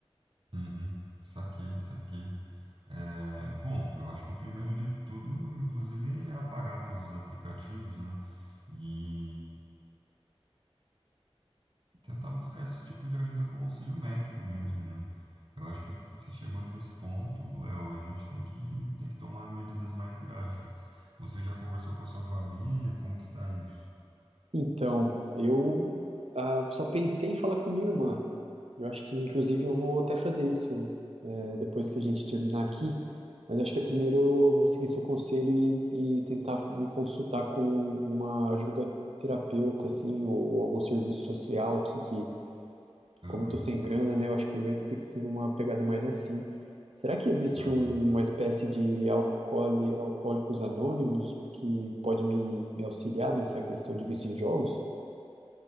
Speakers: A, on the right; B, on the right.
A: Uhum. Saquei, saquei. É, bom, eu acho que o primeiro de tudo, inclusive, é apagar todos os aplicativos, né? E tentar buscar esse tipo de ajuda com auxílio médico mesmo, né? Eu acho que se chegou nesse ponto, Léo, a gente tem que, tem que tomar medidas mais drásticas. Você já conversou com a sua família? Como que tá isso?
B: Então, eu ah, só pensei em falar com minha irmã. Eu acho que, inclusive, eu vou até fazer isso, é, depois que a gente terminar aqui. Mas acho que é primeiro eu vou seguir seu conselho e, e tentar me consultar com uma ajuda terapeuta, assim, ou algum serviço social aqui, que,
A: Aham,
B: como eu tô sem grana, né, eu acho que vai ter que ser numa pegada mais assim. Será que existe
A: aham.
B: um- uma espécie de alcooli- alcoólicos anônimos que pode me, me auxiliar nessa questão de vício em jogos?